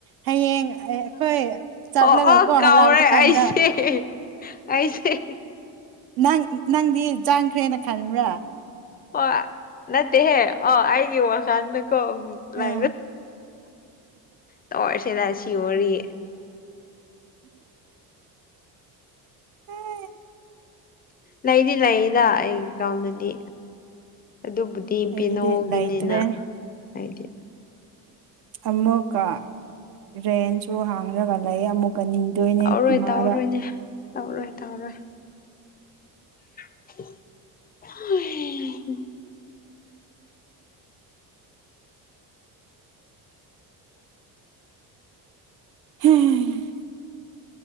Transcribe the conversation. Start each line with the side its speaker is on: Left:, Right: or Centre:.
Right: ꯍꯌꯦꯡ ꯑꯩꯈꯣꯏ ꯆꯠꯂꯒ
Left: ꯑꯣ ꯑꯣ
Right: ꯀꯣ
Left: ꯀꯥꯎꯔꯦ
Right: ꯂꯥꯛꯄ ꯀꯥꯟꯗ
Left: ꯑꯩꯁꯦ ꯑꯩꯁꯦ
Right: ꯅꯪ ꯅꯪꯗꯤ ꯆꯥꯡꯈ꯭ꯔꯦꯅ ꯈꯟꯕ꯭ꯔꯥ
Left: ꯑꯣ ꯅꯠꯇꯦꯍꯦ ꯑꯣ ꯑꯩꯒꯤ ꯋꯥꯈꯜꯗ ꯂ
Right: ꯎꯝ
Left: ꯇꯔꯁꯗꯥ ꯁꯤ ꯑꯣꯏꯔꯤ
Right: ꯎꯝ
Left: ꯂꯩꯗꯤ ꯂꯩꯗ ꯑꯩ ꯀꯥꯎꯝꯗꯗꯤ ꯑꯗꯨꯕꯨꯗꯤ
Right: ꯑꯩꯒꯤꯗꯤ
Left: ꯄꯅꯣꯒꯤꯅꯤꯅ
Right: ꯂꯩꯇ꯭ꯔꯦ
Left: ꯍꯥꯏꯗꯤ
Right: ꯑꯃꯨꯛꯀ ꯔꯦꯟꯁꯨ ꯍꯥꯡꯉꯒ ꯂꯩ ꯑꯃꯨꯛ ꯀꯟꯅꯤꯡꯗꯣꯏꯅꯦ
Left: ꯇꯧꯔꯣꯏ
Right: ꯏꯃꯥꯒ
Left: ꯇꯧꯔꯣꯏꯅꯦ ꯇꯧꯔꯣꯏ ꯇꯧꯔꯣꯏ ꯍ
Right: ꯍꯝ